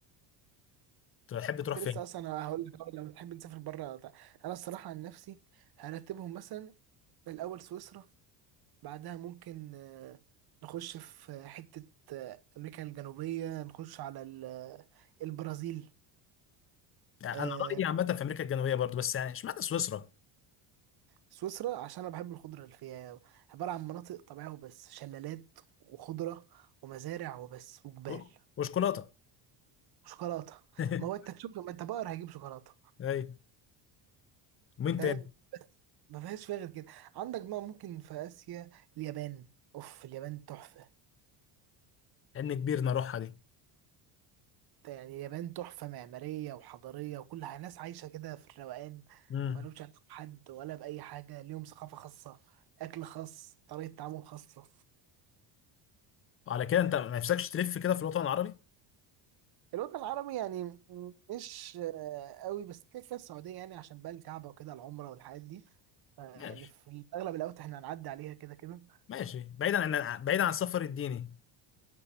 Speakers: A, on the left (about 25°); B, on the right (about 50°).
A: تحب
B: كنت
A: تروح فين
B: لسه اصلا هقول لك أه، لو تحب نسافر بره تع- انا الصراحه عن نفسي هرتبهم مثلا الاول سويسرا بعدها ممكن آه، نخش في حته آه، امريكا الجنوبيه نخش على ال- آه، البرازيل
A: يعني
B: آه،
A: انا رايي عامه في امريكا الجنوبيه برضو بس يعني اشمعنى سويسرا
B: سويسرا عشان انا بحب الخضره اللي فيها عباره عن مناطق طبيعيه وبس شلالات وخضره ومزارع وبس وجبال
A: و- وشوكولاته
B: وشوكولاته
A: <laughs>
B: ما هو انت تشوف ما انت بقر هجيب شوكولاته
A: اي ومين
B: فاهم
A: تاني
B: بس ما فيهاش فيها غير كده عندك بقى ممكن في آسيا اليابان اوف اليابان تحفة
A: عين كبير نروحها دي
B: يعني اليابان تحفة معمارية وحضارية وكل حاجة ناس عايشة كده في الروقان
A: مم.
B: ملوش علاقة بحد ولا بأي حاجة ليهم ثقافة خاصة أكل خاص طريقة تعامل خاصة
A: وعلى كده انت ما نفسكش تلف كده في الوطن العربي
B: الوطن العربي يعني مش آه، قوي بس كده كده السعودية يعني عشان بقى الكعبة وكده العمرة والحاجات دي آه،
A: ماشي
B: يعني في أغلب الأوقات احنا هنعدي عليها كده كده
A: ماشي بعيدا عن بعيدا عن السفر الديني